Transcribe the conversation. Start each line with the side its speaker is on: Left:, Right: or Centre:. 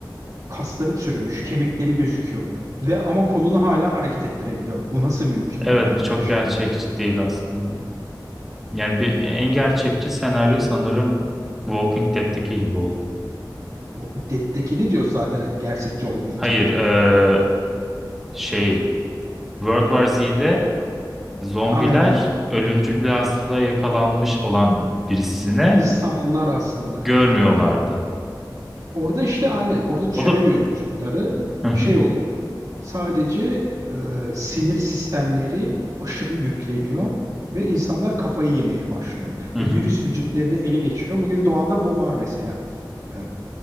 Right: kasları çürümüş, kemikleri gözüküyor ve ama kolunu hala hareket ettirebiliyor. Bu nasıl mümkün
Centre: Evet
Right: oluyor Allah
Centre: bu çok
Right: aşkına?
Centre: gerçekçi değil aslında. Yani bir en gerçekçi senaryo sanırım Walking Dead'teki gibi olur.
Right: Walking Dead'dekini diyoruz zaten gerçekçi olmayacak.
Centre: Hayır, eee, şey World War Z'de zombiler
Right: Aynen.
Centre: ölümcül bir hastalığa yakalanmış olan birisine
Right: İnsanlar aslında.
Centre: görmüyorlardı.
Right: Orada işte aynen orada çürümüyor
Centre: O da
Right: vücutları.
Centre: hı hı,
Right: Şey oluyor. Sadece e, sinir sistemleri aşırı yükleniyor ve insanlar kafayı yemeye başlıyor.
Centre: hı hı.
Right: Ve virüs vücutlarını ele geçiriyor. Bugün doğada bu var mesela. E,